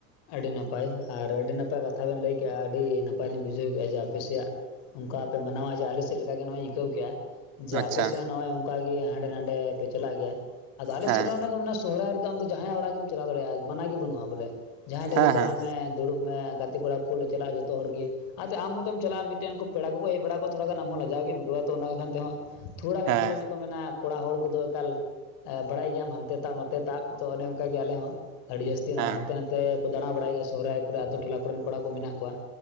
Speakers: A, on the left; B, on the right.
A: ᱟᱹᱰᱤ ᱱᱟᱯᱟᱭ ᱟᱨ ᱟᱹᱰᱤ ᱱᱟᱯᱟᱭ ᱠᱟᱛᱷᱟ ᱵᱮᱱ ᱞᱟᱹᱭ ᱠᱮᱜᱼᱟ, ᱟᱹᱰᱤ ᱱᱟᱯᱟᱭ ᱞᱤᱧ ᱵᱩᱡᱷᱟᱹᱣ ᱠᱮᱫᱼᱟ ᱡᱮ ᱟᱯᱮᱥᱮᱭᱟᱜ- ᱚᱱᱠᱟ ᱯᱮ ᱢᱟᱱᱟᱣᱟ ᱡᱮ ᱟᱞᱮ ᱥᱮᱫ ᱞᱮᱠᱟ ᱜᱮ ᱱᱚᱜᱼᱚᱭ ᱤᱧ ᱟᱹᱭᱠᱟᱹᱣ ᱠᱮᱜᱼᱟ ᱾ ᱡᱮ
B: ᱟᱪᱪᱷᱟ
A: ᱟᱯᱮᱥᱮᱫ ᱦᱚᱸ ᱱᱚᱜ ᱚᱭ ᱚᱱᱠᱟ ᱜᱮ, ᱦᱟᱸᱰᱮ ᱱᱟᱸᱰᱮ ᱯᱮ ᱪᱟᱞᱟᱜ ᱜᱮᱭᱟ ᱟᱫᱚ ᱟᱞᱮᱥᱮᱫ
B: ᱦᱮᱸ
A: ᱨᱮ ᱦᱚᱸ ᱚᱱᱮ ᱠᱚ ᱢᱮ- ᱥᱚᱦᱚᱨᱟᱭ ᱨᱮᱫᱚ ᱟᱢᱫᱚ ᱡᱟᱦᱟᱸᱭᱟᱜ ᱚᱲᱟᱜ ᱜᱮᱢ ᱪᱟᱞᱟᱣ ᱫᱟᱲᱮᱭᱟᱜᱼᱟ, ᱢᱟᱱᱟ ᱜᱮ ᱵᱟᱹᱱᱩᱜ-ᱟ ᱵᱚᱞᱮ ᱾ ᱡᱟᱸᱦᱟᱭ ᱴᱷᱮᱫ
B: ᱦᱮᱸ
A: ᱜᱮ ᱪᱟᱞᱟᱜ
B: ᱦᱮᱸ
A: ᱢᱮ ᱫᱩᱲᱩᱵ- ᱢᱮ, ᱜᱟᱛᱮ ᱠᱚᱲᱟ ᱠᱚᱞᱮ ᱪᱟᱞᱟᱜᱼᱟ ᱡᱚᱛᱚ ᱦᱚᱲ ᱜᱤ ᱾ ᱟᱛᱮ ᱟᱢ ᱢᱚᱛᱚᱢ ᱪᱟᱞᱟᱜᱼᱟ ᱢᱤᱫᱴᱮᱱ ᱩᱱᱠᱩ, ᱯᱮᱲᱟ ᱠᱚᱠᱚ ᱦᱮᱡ ᱵᱟᱲᱟ ᱠᱚᱜ ᱛᱷᱚᱲᱟᱜᱟᱱ ᱟᱢᱦᱚᱸ ᱞᱟᱡᱟᱣᱜᱮᱢ ᱵᱩᱡᱷᱟᱹᱣᱟ ᱛᱚ ᱚᱱᱟ ᱠᱷᱟᱱ ᱛᱮᱦᱚᱸ- ᱛᱷᱚᱲᱟ ᱜᱟᱱ
B: ᱦᱮᱸ
A: ᱵᱚᱞᱮ ᱚᱱᱮ ᱠᱚ ᱢᱮᱱᱟ ᱠᱚᱲᱟ ᱦᱚᱲ ᱠᱚᱫᱚ ᱮᱠᱟᱞ ᱮᱸ, ᱵᱟᱲᱟᱭ ᱜᱮᱭᱟᱢ ᱦᱟᱱᱛᱮ ᱛᱟᱵ ᱱᱚᱛᱮ- ᱛᱮ ᱛᱟ ᱛᱚ ᱚᱱᱮ ᱚᱱᱠᱟ ᱜᱮ ᱟᱞᱮ ᱦᱚᱸ ᱟᱹᱰᱤ ᱡᱟᱹᱥᱛᱤ ᱱᱚᱜᱼᱚᱭ
B: ᱦᱮᱸ
A: ᱦᱟᱱᱛᱮ ᱱᱟᱛᱮ- ᱛᱮᱠᱚ ᱫᱟᱸᱬᱟ ᱵᱟᱲᱟᱭ ᱜᱮᱭᱟ ᱥᱚᱦᱚᱨᱟᱭ ᱠᱚᱨᱮ, ᱟᱛᱩ ᱴᱚᱞᱟ ᱠᱚᱨᱮᱱ ᱠᱚᱲᱟ ᱠᱚ ᱢᱮᱱᱟᱜ ᱠᱚᱣᱟ